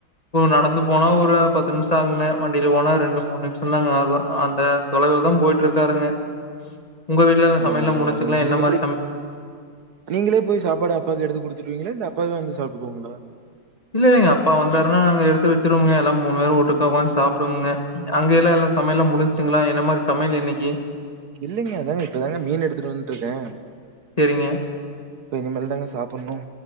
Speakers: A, on the left; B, on the right.
A: நடந்து போனா ஒரு பத்து நிமிஷம் ஆகுங்க வண்டியில போனா ரெண்டு மூணு நிமிஷம் தாங்க ஆகும் அந்த தொலைவில்தான் போயிட்டு இருக்காருங்க உங்க வீட்ல
B: ஓ!
A: சமையல்
B: நல்லது,
A: எல்லாம் முடிஞ்சுச்சுங்களா
B: நல்லதுங்க.
A: என்ன
B: நீங்க
A: மாதிரி
B: நீங்களே போய் சாப்பாடு அப்பாவுக்கு எடுத்து கொடுத்து செஞ்சிருவீங்களா அப்பாவே வந்து சாப்பிட்டுக்குவாங்களா
A: இல்ல இல்லைங்க அப்பா வந்தாருன்னா நாங்க எடுத்து வச்சிருவங்க எல்லாம் மூணு பேரும் ஒட்டுக்கா உக்காந்து சாப்பிடுங்க அங்க எல்லாம் எல்லா சயல்லாம் எல்லாம் முடிஞ்சுங்களா என் மாதிரி சமையல் இன்னைக்கு
B: இல்லைங்க அதாங்க இப்பதாங்க மீன் எடுத்துட்டு வட்டு இருக்கேன்
A: சரிங்க.
B: இப்ப இனிமேல் தாங்க சாப்பிடணும்